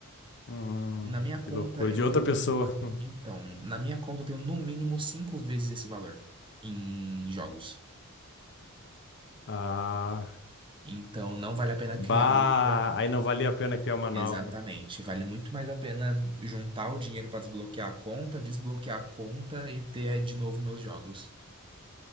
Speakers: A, on the left; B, on the right.
A: Hum,
B: E na minha
A: que
B: conta
A: loucura,
B: eu
A: de outra
B: tenho.
A: pessoa. <laughs>
B: Então, na minha conta eu tenho no mínimo cinco vezes esse valor em jogos.
A: Ah,
B: Então, não vale a pena
A: bah,
B: criar outra.
A: aí não valia a pena criar uma nova.
B: Exatamente. Vale muito mais a pena juntar o dinheiro para desbloquear a conta, desbloquear a conta e ter de novo meus jogos.